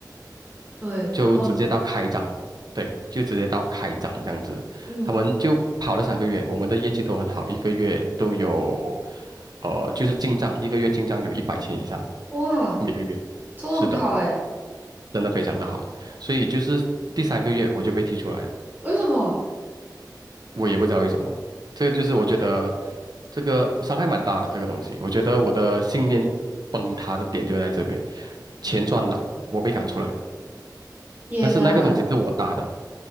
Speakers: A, on the right (about 25°); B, on the right (about 65°).
A: 对，
B: 就直接到开张，
A: 然后呢？
B: 对，就直接到开张这样子。
A: 嗯，
B: 他们就跑了三个月，我们的业绩都很好，一个月都有，呃，就是进账，一个月进账有一百千以上，
A: 哇，
B: 每个月。
A: 做的很好诶。
B: 是的，真的非常的好。所以就是第三个月我就被踢出来了，
A: 为什么？
B: 我也不知道为什么。这个就是我觉得这个伤害蛮大的这个东西，我觉得我的信念崩塌的点就在这边，钱赚了，我被赶出来，
A: 天呐，
B: 但是那个东西是我搭的，